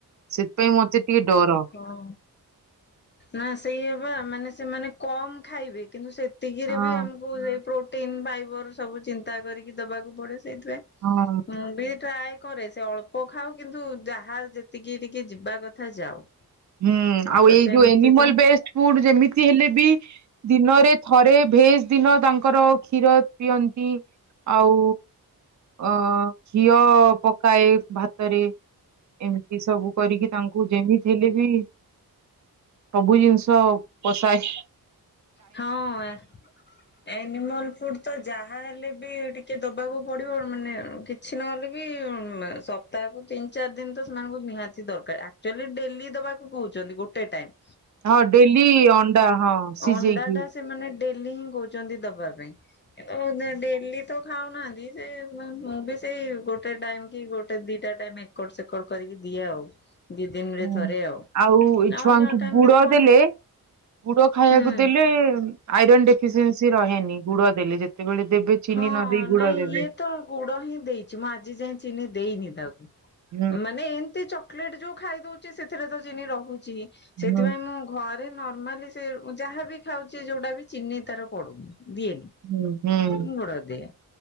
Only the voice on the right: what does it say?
ସେଥିପାଇଁ ମତେ ଟିକେ ଡର।
ହଁ
ହଁ
ହୁଁ ଆଉ
ଏଇ
ଯୋଉ ଏନିମଲ
ବେଷ୍ଟଫୁଡ ଯେମିତି ହେଲେ ବି- ଦିନରେ ଥରେ ଭେଜ ଦିନ ତାଙ୍କର କ୍ଷୀର ଦିଅନ୍ତି। ଆଉ ଅ ଘିଅ ପକାଏ ଭାତରେ। ଏମିତି ସବୁ କରିକି ତାଙ୍କୁ ଯେମିତି ହେଲେ ବି ସବୁ ଜିନିଷ ପସାଏ।
ହଁ ଡେଲି ଅଣ୍ଡା ହଁ ସିଝେଇକି।
ହୁଁ
ଆଉ ଏ ଛୁଆଙ୍କୁ
ଗୁଡ଼
ଦେଲେ ଗୁଡ ଖାଇବାକୁ
ଦେଲେ ଆଇରନ ଡେଫିସିଏସି ରହେନି ଗୁଡ ଦେଲେ ଯେତେବେଳେ ଦେବେ ଚିନି
ନ ଦେଇ ଗୁଡ
ଦେବେ
ହୁଁ
ହୁଁ
ଉହୁଁ